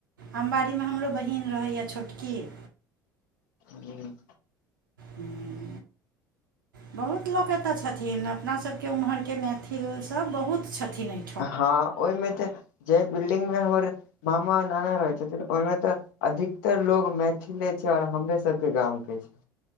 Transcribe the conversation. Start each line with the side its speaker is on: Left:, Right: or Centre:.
Right: अमबड़ी में हमरो बहीन रहैए छोटकीये
Left: ही
Right: हूँ बहुत लोक एतय छथिन अपना सभ के ओम्हर के मैथिलसब बहुत छथिन एहि
Left: हँ ओहिमे तऽ जे बिल्डिंग में हमर मामा नाना रहै छथिन ओहिमे तऽ अधिकतर लोग मैथिले छै और हमरे सबके गाम के छै